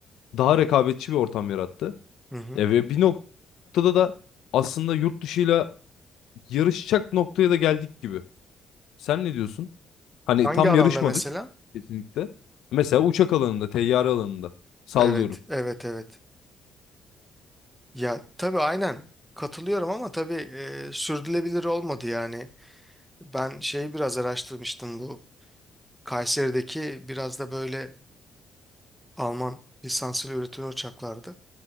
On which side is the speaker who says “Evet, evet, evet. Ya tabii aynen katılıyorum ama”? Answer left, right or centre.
Centre